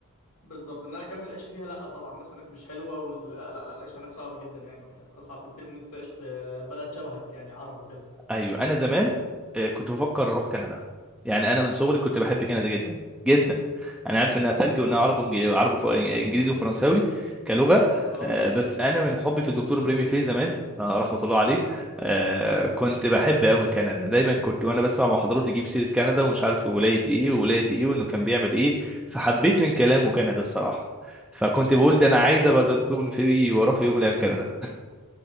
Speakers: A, on the left; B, in the centre.
A: بالظبط ان انا اكمل عيشه فيها لا طبعا الناس هناك مش حلوه وال... لا لا لا العيشه هناك صعبه جدا يعني اصعب بكتير من ان انت تعيش في بلد شبهك يعني عرب وكده
B: ايوه انا زمان آه، كنت بفكر اروح كندا يعني انا من صغري كنت بحب كندا جدا جدا انا عارف انها تلج وانها عربي وانجليزي عربي ف- انجليزي وفرنساوي كلغه
A: اه
B: آه، بس انا من حبي في الدكتور بريمي فيه زمان آه، رحمه الله عليه آه،
A: الله يرحمه
B: كنت بحب قوي كندا دايما كنت وانا بسمع محاضرات يجيب سيره كندا ومش عارف ولايه ايه وولايه ايه وانه كان بيعمل ايه فحبيت من كلامه كندا الصراحه فكنت بقول ده انا عايز ابقى زي الدكتور بريمي فيه واروح في يوم من الايام كندا